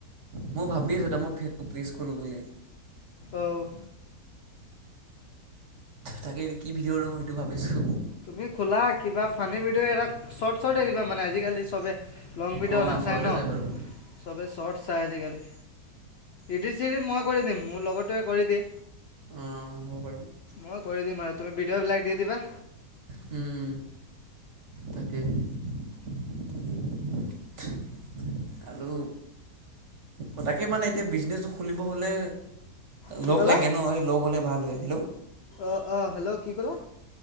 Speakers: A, on the right (about 45°); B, on the left (about 65°).
A: ময় ভাবি আছোঁ এতিয়া মই ফেচবুক পেচ খোলোঁ বুলি।
B: অ'
A: তাকে এটো কি ভিদিওঁ লওঁ সেইটো ভাবিছো।
B: তুমি খোলা কিবা ফানী ভিডিঅ' এটা, শৰ্ট শৰ্ট এই দিবা মানে আজিকালি চবে লং ভডিঅ'
A: অঁ
B: নাচায়
A: শ্বৰ্টে
B: ন'?
A: চাই বাৰু
B: চবে চৰ্ট চায় আজিকালি। ইদিট চিদিট মই কৰি দিম, মোৰ লগটোৱে কৰি দিয়ে।
A: অঁ অঁ হ'ব বাৰু
B: মই কৰি দিম আৰু তুমি ভিডিঅ' বিলাক দি দিবা।
A: হুম তাকে <unintelligible> খোলো, অঁ তাকে মানে এতিয়া বিজনেচটো খুলিব হ'লে
B: কি
A: লক
B: ক'লা
A: লাগে ন' এই ল'গ হ'লে ভাল হয়। হেল্ল'
B: অ' অ' হেল্ল' কি ক'লা?